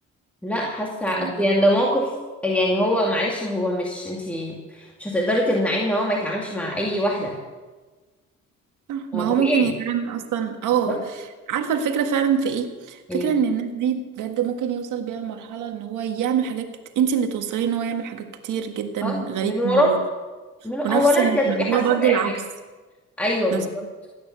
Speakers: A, in the centre; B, on the right.
A: لا حاسة أصل
B: يعني
A: يعني ده موقف يعني هو معلش هو مش انتي مش هتقدري تمنعيه ان هو ما يتعاملش مع اي واحدة
B: صح، ما
A: هو طبيعي
B: هو ممكن يتعامل اصلا او
A: بالظبط
B: عارفه الفكره فعلا في ايه
A: ايه
B: فكره ان الناس دي بجد ممكن يوصل بيها لمرحله ان هو يعمل حاجات كت... انت اللي توصلي ان هو يعمل حاجات كتير جدا
A: اه
B: غريبه
A: من وراه
B: من وراك
A: من اولا
B: ونفس الموضوع
A: انت هتبقي حاسة
B: برضو
A: بأي
B: العكس
A: حاجة ايوه بالظبط
B: نفس